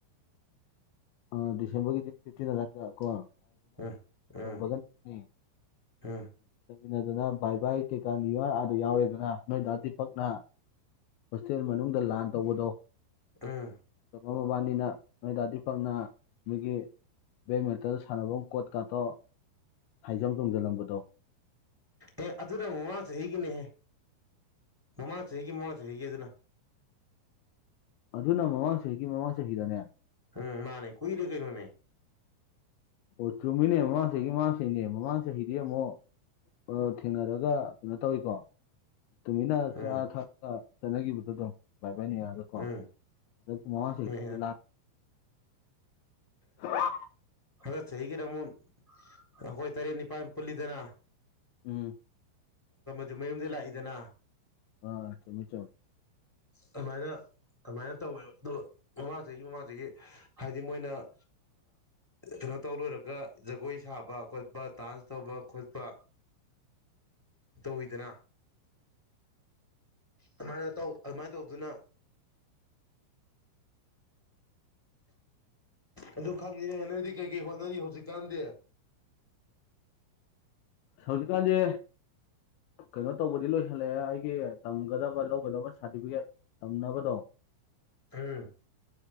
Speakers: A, on the left; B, in the centre.
A: ꯑ ꯗꯤꯁꯦꯝꯕꯔꯒꯤ ꯐꯤꯇꯤꯟ ꯀ ꯀꯣ
B: ꯎꯝ ꯎꯝ
A: ꯗꯅꯟꯅꯤ
B: ꯎꯝ
A: ꯃꯤꯟꯅꯗꯅ ꯚꯥꯏ ꯚꯥꯏ ꯀꯩꯀꯥꯅꯤ ꯑꯥꯗ ꯌꯥꯎꯋꯦꯗꯅ ꯅꯣꯏ ꯗꯥꯥꯗꯤ ꯄꯛꯅ ꯍꯣꯁꯇꯦꯜ ꯃꯅꯨꯡꯗ ꯂꯥꯟ ꯇꯧꯕꯗꯣ
B: ꯑꯥ
A: ꯃꯃꯕꯥꯅꯤꯅ ꯅꯣꯏ ꯗꯥꯗꯤ ꯄꯛꯅ ꯃꯤꯒꯤ ꯕꯦꯠꯃꯤꯟꯇꯜ ꯁꯥꯟꯅꯐꯝ ꯀꯣꯠꯀꯇꯣ ꯍꯥꯏꯖꯝ ꯇꯣꯡꯖꯤꯜꯂꯝꯕꯗꯣ
B: ꯑꯦ ꯑꯗꯨꯅ ꯃꯃꯥꯡ ꯆꯍꯤ ꯍꯒꯤꯅꯦꯍꯦ ꯃꯃꯥꯡ ꯆꯍꯤ ꯍꯩꯒ ꯃꯃꯥꯡꯁꯨ ꯍꯩꯒ ꯑꯗꯨꯅ
A: ꯑꯗꯨꯅ ꯃꯃꯥꯡ ꯆꯍꯤꯒꯤ ꯃꯃꯥꯡ ꯆꯍꯤꯗꯅꯦ
B: ꯎꯝ ꯃꯥꯅꯦ ꯀꯨꯏꯗ ꯀꯦꯅꯨꯅꯦ
A: ꯑꯣ ꯆꯨꯝꯃꯤꯅꯦ ꯃꯃꯥꯡ ꯆꯍꯤꯒꯤ ꯃꯃꯥꯡ ꯆꯍꯤꯅꯦ ꯃꯃꯥꯡ ꯆꯍꯤ ꯍꯗꯤ ꯑꯃꯨꯣ ꯑ ꯊꯦꯡꯅꯔꯒ ꯀꯩꯅꯣ ꯇꯧꯋꯤꯀꯣ ꯇꯨꯃꯤꯟꯅ
B: ꯎꯝ
A: ꯆꯥ ꯊꯛ ꯆꯠꯅꯈꯤꯕꯗꯨꯣ ꯑꯗꯨꯝ ꯅꯤꯔꯀ
B: ꯎꯝ
A: ꯑꯗꯨ ꯃꯑꯣ
B: ꯍꯣꯏ
A: ꯁꯤꯂ ꯍ
B: ꯍꯟꯗꯛ ꯆꯍꯤꯒꯤꯔ ꯑꯃꯨꯛ ꯑꯩꯈꯣꯏ ꯇꯔꯦꯠ ꯅꯤꯄꯥꯜ ꯄꯨꯜꯂꯤꯗꯅ
A: ꯎꯝ
B: ꯆꯨ ꯃꯌꯨꯝꯗ ꯂꯥꯛꯏꯗꯅ
A: ꯑꯥ ꯆꯃꯤ ꯆꯧ
B: ꯑꯗꯨꯃꯥꯏꯅ ꯑꯗꯨꯃꯥꯏꯅ ꯇꯧꯋꯦꯕ ꯑꯗꯣ ꯃꯃꯥꯁꯤꯒꯤ ꯃꯃꯥꯁꯤꯒꯤ ꯍꯥꯏꯗꯤ ꯃꯣꯏꯅ ꯀꯩꯅꯣ ꯇꯧ ꯂꯣꯏꯔꯒ ꯖꯒꯣꯏ ꯁꯥꯕ ꯈꯣꯠꯄ ꯗꯥꯟꯁ ꯇꯧꯕ ꯈꯣꯠꯄ ꯇꯧꯋꯤꯗꯅ ꯑꯗꯨꯃꯥꯏꯅ ꯇꯧ ꯑꯗꯨꯃꯥꯏꯅ ꯇꯧꯗꯨꯅ ꯑꯗꯨ ꯈꯪꯉꯤꯅꯦ ꯅꯣꯏꯗꯤ ꯀꯩꯀꯩ ꯍꯣꯠꯅꯔꯤ ꯍꯧꯖꯤꯛꯀꯥꯟꯗꯦ
A: ꯁꯖꯤꯀꯥꯟꯗꯦ ꯀꯩꯅꯣ ꯇꯧꯕꯗꯤ ꯂꯣꯏꯁꯤꯜꯂꯛꯑꯦ ꯑꯩꯒꯤ ꯇꯝꯒꯗꯕ ꯂꯧꯒꯗꯕ ꯁꯥꯔꯇꯤꯐꯤꯀꯦꯠ ꯇꯝꯅꯕꯗꯣ
B: ꯎꯝ